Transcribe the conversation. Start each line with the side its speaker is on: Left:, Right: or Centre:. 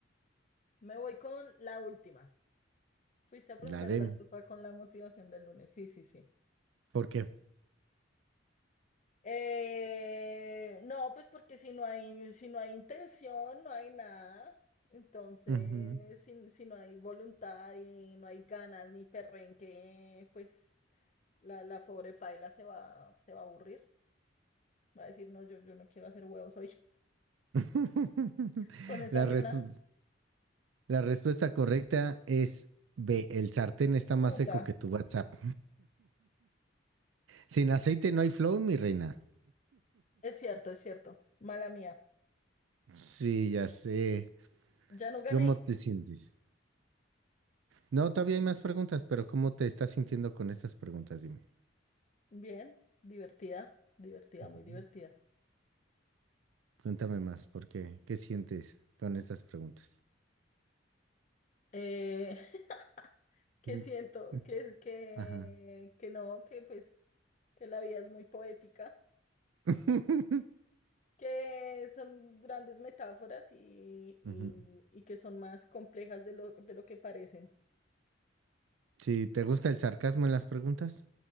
Left: Me voy con la última. Fuiste a prender
Right: La D.
Left: la estufa con la motivación del lunes. Sí, sí, sí.
Right: ¿Por qué?
Left: Eh, no, pues porque si no hay, si no hay intención, no hay nada. Entonces,
Right: Ujú.
Left: si, si no hay voluntad y no hay ganas ni perrenque, pues la, la pobre paila se va, se va a aburrir. Va a decir, no, yo, yo no quiero hacer huevos hoy
Right: <laughs>
Left: <laughs> con esas
Right: La respu-
Left: ganas.
Right: la respuesta correcta es B. El sartén está más
Left: Puta.
Right: seco que tu WhatsApp. Sin aceite no hay flow, mi reina.
Left: Es cierto, es cierto. Mala mía.
Right: Sí, ya sé.
Left: Ya no gané.
Right: ¿Cómo te sientes? No, todavía hay más preguntas, pero ¿cómo te estás sintiendo con estas preguntas? Dime.
Left: Bien, divertida, divertida,
Right: Ujú.
Left: muy divertida.
Right: Cuéntame más, ¿por qué? ¿Qué sientes con estas preguntas?
Left: Eh, <laughs> que
Right: Mm,
Left: siento
Right: mm,
Left: que, es que,
Right: Ajá.
Left: que no, que pues que la vida es muy poética,
Right: <laughs>
Left: que son grandes metáforas y, y,
Right: Ujú.
Left: y que son más complejas de lo, de lo que parecen.
Right: Sí, ¿te gusta el sarcasmo en las preguntas?